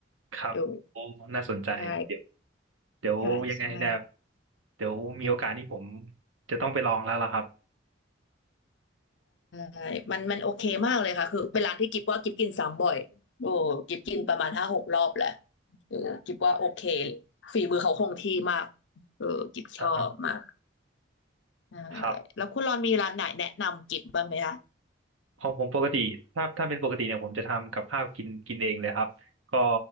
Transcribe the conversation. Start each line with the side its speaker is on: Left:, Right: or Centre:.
Right: ครับโอ้น่าสนใจเดี๋ยว
Left: เออใช่
Right: เดี๋ยวยังไงเนี่ย
Left: ใช่ใช่
Right: เดี๋ยวมีโอกาสนี่ผมจะต้องไปลองแล้วล่ะครับ
Left: ใช่มันมันโอเคมากเลยค่ะคือเป็นร้านที่กิฟว่ากิฟกินซ้ำบ่อยโอ้กิฟกินประมาณห้าหกรอบแหละเออกิฟว่าโอเคฝีมือเขาคงที่มากเออกิฟชอบมาก
Right: <laughs>
Left: ใช่
Right: ครับ
Left: แล้วคุณรอนมีร้านไหนแนะนำกิฟบ้างไหมคะ
Right: ของผมปกติถ้าถ้าเป็นปกติเนี่ยผมจะทำกับข้าวกินกินเองเลยครับก็